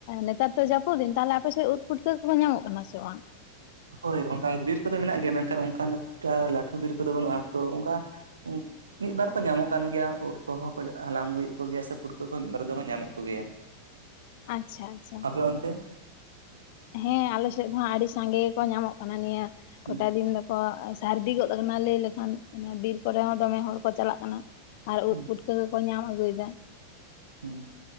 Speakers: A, on the left; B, on the right.
A: ᱱᱮᱛᱟᱨ ᱫᱚ ᱡᱟᱹᱯᱩᱫ ᱫᱤᱱ ᱛᱟᱦᱞᱮ ᱟᱯᱮᱥᱮᱫ ᱩᱫ ᱯᱷᱩᱴᱠᱟᱹ ᱠᱚᱠᱚ ᱧᱟᱢᱚᱜ ᱠᱟᱱᱟ ᱥᱮ ᱵᱟᱝ?
B: ᱦᱳᱭ ᱚᱝᱠᱟ ᱵᱤᱨ ᱠᱚᱫᱚ ᱢᱮᱱᱟᱜ ᱜᱮᱭᱟ ᱢᱮᱱᱠᱷᱟᱱ ᱚᱝᱠᱟ ᱞᱟᱹᱴᱷᱩ ᱵᱤᱨ ᱠᱚᱫᱚ ᱵᱟᱹᱱᱩᱜᱼᱟ ᱛᱚ ᱚᱝᱠᱟ <unintelligible> ᱢᱤᱫ ᱵᱟᱨ ᱠᱚ ᱧᱟᱢᱚᱜ ᱠᱟᱱ ᱜᱮᱭᱟ ᱩᱫ ᱠᱚᱦᱚᱸ ᱠᱚ ᱦᱟᱞᱟᱝ ᱟᱹᱜᱩᱭᱮᱫ ᱠᱚ ᱜᱮᱭᱟ ᱥᱮ ᱯᱩᱴᱠᱟᱹ ᱠᱚᱦᱚᱸ ᱢᱤᱫ ᱵᱟᱨ ᱫᱚᱠᱚ ᱧᱟᱢᱮᱷ ᱠᱚ ᱜᱮᱭᱟ᱾ <inaudible>
A: ᱟᱪᱷᱟ ᱟᱪᱷᱟ
B: <unintelligible> ᱚᱱᱛᱮ
A: ᱦᱮᱸ ᱟᱞᱮᱥᱮᱜ ᱦᱚᱸ ᱦᱟᱸᱜ ᱟᱹᱰᱤ ᱥᱟᱸᱜᱮ ᱜᱮᱠᱚ ᱧᱟᱢᱚᱜ ᱠᱟᱱᱟ ᱱᱤᱭᱟᱹ
B: ᱦᱩᱸ
A: ᱠᱚᱴᱟ ᱫᱤᱱ ᱫᱚᱠᱚ <unintelligible> ᱥᱟᱹᱨᱫᱤ ᱜᱚᱫ ᱟᱠᱟᱱᱟ ᱞᱟᱹᱭ ᱞᱮᱠᱷᱟᱱ ᱚᱱᱟ ᱵᱤᱨ ᱠᱚᱨᱮ ᱦᱚᱸ ᱫᱚᱢᱮ ᱦᱚᱲ ᱠᱚ ᱪᱟᱞᱟᱜ ᱠᱟᱱᱟ ᱟᱨ ᱩᱫ
B: ᱦᱩᱸ
A: ᱯᱩᱴ <unintelligible> ᱜᱮᱠᱚ ᱧᱟᱢ ᱟᱹᱜᱩᱭᱫᱟ᱾
B: ᱚᱸ